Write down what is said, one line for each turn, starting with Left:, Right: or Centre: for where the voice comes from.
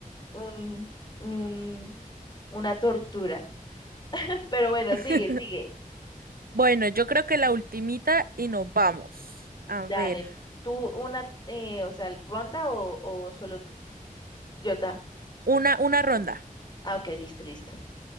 Left: un, un, una tortura, <laughs> pero bueno,
Right: <laughs>
Left: sigue, sigue.
Right: Bueno, yo creo que la ultimita y nos vamos.
Left: Dale,
Right: A ver,
Left: tú una, eh, o sea, ronda o, o solo tú. Jota.
Right: una, una ronda.
Left: Ah, ok, listo, listo.